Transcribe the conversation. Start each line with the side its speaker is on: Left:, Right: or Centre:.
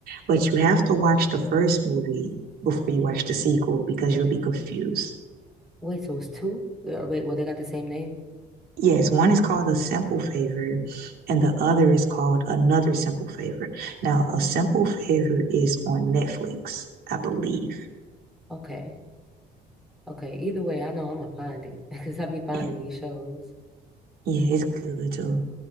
Right: But you have to watch the first movie before you watch the sequel because you'll be confused.
Centre: Wait, so it's two? Yeah, Wait, well they got the same name?
Right: Yes, one is called a simple favor, and the other is called another simple favor. Now,
Centre: Oh,
Right: a simple favor is on Netflix, I believe.
Centre: okay. Okay. Either way, I know I'm gonna find it <laughs> because i be finding
Right: Yeah,
Centre: these shows.
Right: yeah, it's good too.